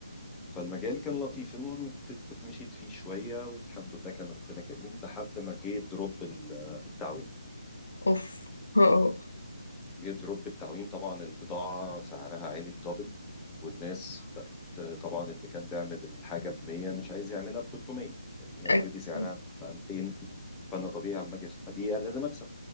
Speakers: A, in the centre; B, on the left (about 75°).
A: فالمجال كان لطيف المهم مشيت فيه شويه والحمد لله كان ربنا كريم لحد ما جه دروب التعويم
B: اوف <laughs> اه
A: جه دروب التعويم طبعا البضاعة سعرها عالي الدبل والناس بقت طبعا اللي كان بيعمل الحاجة ب 100 مش عايز يعملها ب 300 لأن هي
B: أكيد.
A: اوريدي سعرها بقى 200 فأنا طبيعي لما أجي أبيع لازم أكسب